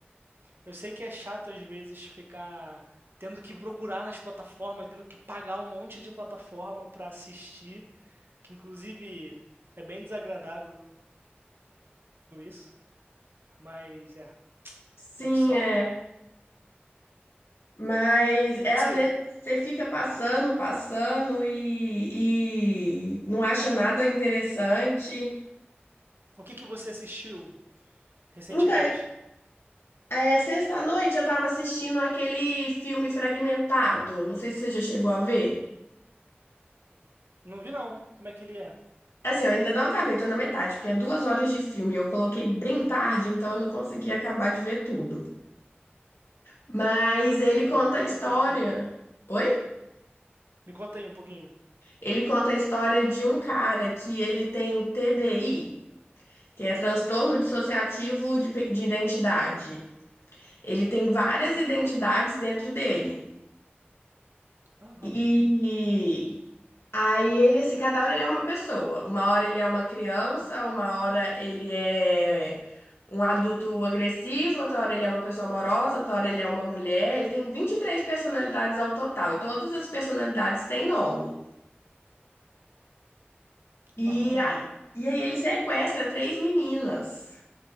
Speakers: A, on the right; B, on the left.
A: eu sei que é chato às vezes ficar tendo que procurar nas plataformas, tendo que pagar um monte de plataforma pra assistir. que inclusive é bem desagradável isso, mas é, a
B: Sim,
A: gente sofre.
B: é. Mas
A: E
B: é
A: você,
B: às vezes você fica passando, passando e, e não acha nada interessante.
A: o que, que você assistiu recentemente?
B: Então, é, sexta-noite eu tava assistindo aquele filme Fragmentado. Não sei se você já chegou a ver.
A: Não vi não, como é que ele é?
B: Assim, eu ainda não acabei, tô na metade, porque é duas horas de filme. Eu coloquei bem tarde, então eu não consegui acabar de ver tudo. Mas ele conta
A: Ah, me conta
B: a história.
A: um pouquinho aí.
B: Oi?
A: Me conta aí um pouquinho.
B: Ele conta a história de um cara que ele tem TDI. que é transtorno dissociativo de, pe- de identidade. Ele tem várias identidades dentro dele.
A: Aham,
B: E aí ele, assim, cada hora ele é uma pessoa. Uma hora ele é uma criança, uma hora ele é um adulto agressivo, outra hora ele é uma pessoa amorosa, outra hora ele é uma mulher. Ele tem 23 personalidades ao total, e todas as personalidades têm nome. E,
A: aham.
B: a- Uhum. e aí ele sequestra três meninas.